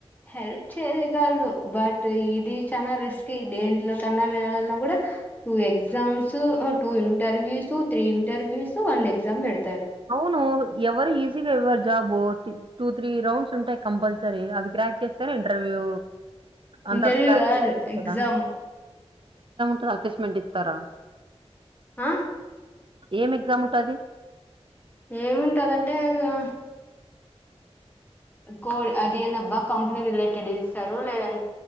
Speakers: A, on the left; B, on the right.
A: హెల్ప్ చేయగలను, బట్ ఇది చాల రిస్కీ దేంట్లో కన్నా వెళ్ళాలన్నా కూడా టూ ఎగ్జామ్స్, అహ్ two interviews three interviews one exam పెడతు
B: అవును ఎవరు ఈజీగా ఎవరు జాబు టూ త్రీ రౌండ్స్ ఉంటాయి కంపల్సరీ అవి క్రాక్ చేస్తేనే ఇంటర్వ్యూ అంత
A: ఇంటర్వ్యూ
B: ప్రాక్టీస్
A: కాదు
B: తుంది
A: ఎగ్జామ్
B: కదా తో అసెస్మెంట్ ఇస్తారా
A: ఆ
B: ఏం ఎగ్జామ్ ఉంటాది
A: ఏమింటదంటే గ కోల్ అదేన అబ్బా కంపెనీ రిలేటెడ్ ఇస్తారు లేదం